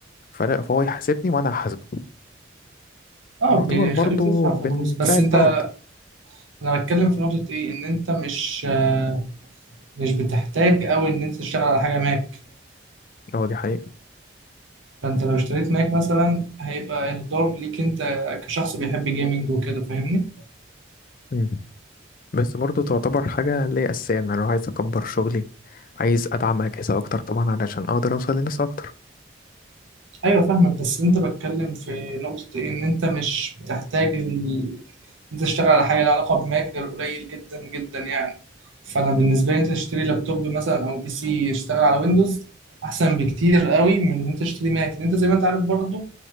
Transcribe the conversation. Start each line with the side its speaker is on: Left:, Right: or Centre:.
Left: فلا فهو يحاسبني وأنا هحاسبه
Right: اه
Left: ونعتبر
Right: بيخليك
Left: برضه
Right: تدفع
Left: بنساعد
Right: فلوس بس انت
Left: بعض
Right: انا بتكلم في نقطة ايه ان انت مش آه، مش بتحتاج قوي ان انت تشتغل على حاجة ماك
Left: أه دي حقيقة
Right: فانت لو اشتريت ماك مثلا هيبقى اهدار ليك انت كشخص بيحب جيمنج وكده فاهمني
Left: مم. بس برضو تعتبر حاجة اللي هي أساسية إن أنا لو عايز أكبر شغلي عايز أدعم أجهزة أكتر طبعا علشان أقدر أوصل لناس أكتر
Right: ايوه فاهمك بس انت بتكلم في نقطة ايه ان انت مش بتحتاج ال... انت تشتغل على حاجة لها علاقة بماك غير قليل جدا جدا يعني فانا بالنسبة لي انت تشتري لابتوب مثلا او بي سي يشتغل على ويندوز احسن بكتير قوي من ان انت تشتري ماك لان انت زي ما انت عارف برضو